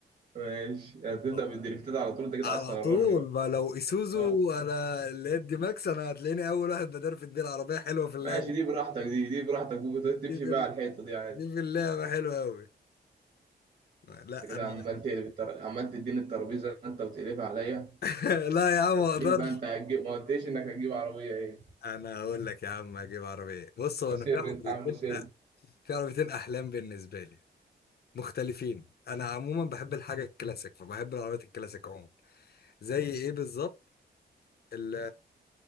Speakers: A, on the right; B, on the left.
A: ماشي هتبدا
B: آه.
A: بالدريفتات على طول انت كده
B: على
A: عايز تغرمني
B: طول ما لو اسوزو
A: بقى
B: انا اللي هي دي ماكس انا هتلاقيني اول واحد بدرفت بيه العربية حلوة في اللعبة
A: ماشي دي براحتك دي دي براحتك ممكن تمشي
B: دي في,
A: بقى
B: ال...
A: على الحيطه دي عادي
B: دي في اللعبة حلوة قوي لا
A: انت كده
B: انا
A: عمال تقلب التر... عمال تديني الترابيزه انت وتقلبها عليا
B: <laughs> لا يا عم
A: ما قلتليش
B: ما اقدرش
A: بقى انت هتجيب ما قلتليش انك هتجيب عربيه ايه
B: انا هقول لك يا عم اجيب عربيه بص هو
A: وسر
B: انا في عربيتين
A: انت عامله سر
B: في عربيتين احلام بالنسبه لي مختلفين انا عموما بحب الحاجه الكلاسيك فبحب العربيات الكلاسيك عموما زي ايه بالظبط ال